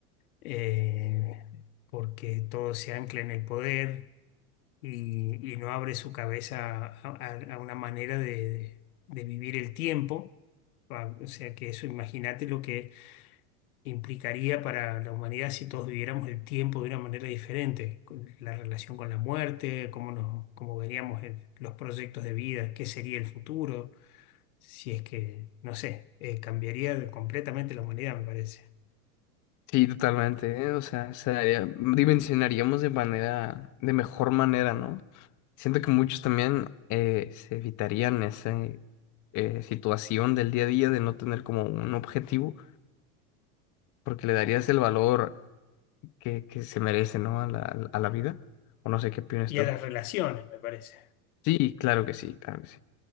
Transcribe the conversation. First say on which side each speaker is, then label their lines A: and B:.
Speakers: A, on the left; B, on the left.
A: eh, porque todo se ancla en el poder y, y no abre su cabeza a, a- a una manera de, de- vivir el tiempo. Pa- O sea que eso, imagínate lo que implicaría para la humanidad si todos viviéramos el tiempo de una manera diferente, con la relación con la muerte, cómo nos, cómo veríamos el- los proyectos de vida, qué sería el futuro, si es que, no sé, eh, cambiaría de- completamente la humanidad, me parece.
B: sí, totalmente, ¿eh? O sea, se daría- dimensionaríamos de manera, de mejor manera, ¿no? Siento que muchos también eh, se evitarían esa eh, situación del día a día de no tener como un objetivo porque le darías el valor que, que se merece, ¿no? A la, a la vida. O no sé qué opinas
A: Y
B: tú.
A: a las relaciones, me parece.
B: Sí, claro que sí, claro que sí.